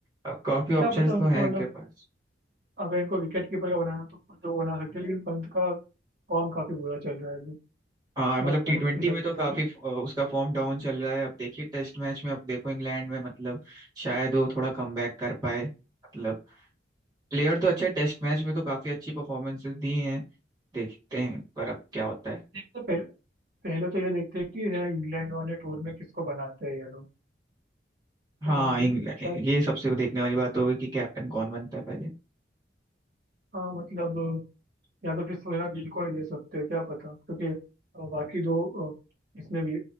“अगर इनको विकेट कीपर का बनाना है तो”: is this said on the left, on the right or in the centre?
Right